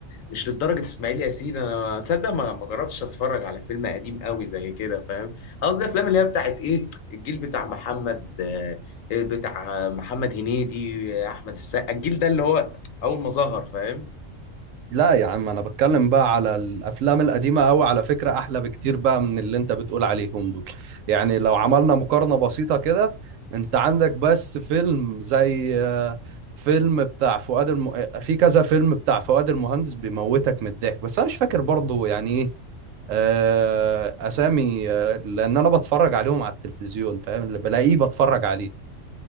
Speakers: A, on the left; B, on the right.
A: مش للدرجه اسماعيل ياسين انا تصدق ما ما جربتش اتفرج على فيلم قديم قوي زي كده فاهم قصدي الافلام اللي هي بتاعت ايه الجيل بتاع محمد آه، بتاع محمد هنيدي احمد السقا الجيل ده اللي هو اول ما ظهر فاهم
B: لا يا عم انا بتكلم بقى على الافلام القديمه قوي على فكره احلى بكتير بقى من اللي انت بتقول عليهم دول يعني لو عملنا مقارنه بسيطه كده انت عندك بس فيلم زي آه، فيلم بتاع فؤاد الم... آه، في كذا فيلم بتاع فؤاد المهندس بيموتك من الضحك بس انا مش فاكر برضو يعني ايه آه، اسامي آه، لان انا بتفرج عليهم على التلفزيون فاهم اللي بلاقيه بتفرج عليه